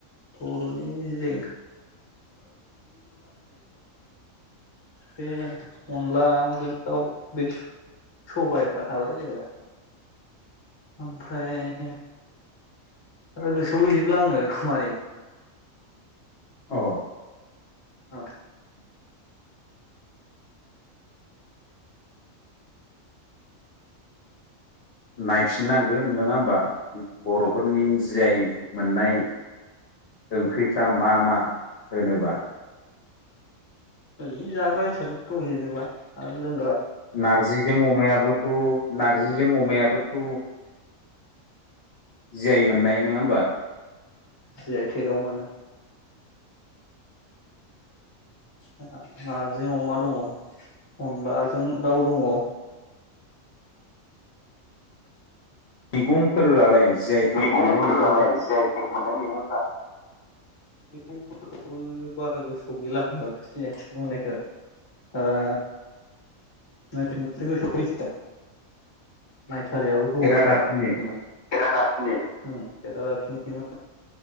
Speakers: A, on the left; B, on the left.
A: बर'नि जि बे अनलाजों दाउ बे सबायफ्रा थाबाय जेनेबा ओमफ्राय आरो गोसोआव गैजोबला आङो माने
B: औ
A: औ
B: नायफिननांगोन नङा होमबा बर'फोरनि जि आइ मोननाय ओंख्रिफ्रा मा मा होनोबा
A: ओरै जाग्रा हिसाबैसो दं जेनेबा आरो लों
B: नार्जिजों अमायाबोथ' नार्जिजों अमायाबोथ' जि आइ मोननाय नङा होमबा
A: जि आइ थेगाव मोनो <inaudible> नारजि अमा दङ अनलाजों दाउ दङ' <inaudible>
B: मैगंफोरालाय जि आइ
A: मैगंफोरलाय
B: टेक मोननाय मैगंफ्रा
A: जि आइ टेक मोननाय मैगंफ्रा मैगंफोरखौबो बारा गोसोआव गैला जि आइ टेक मोननायखौ आरो नायफिनबासो गोसोआव फैसिगोन। नाय- थारियाबो गोबाव
B: खेरादाफिनि
A: जाबाय। खेरादाफिनि ओम खेरादाफिनि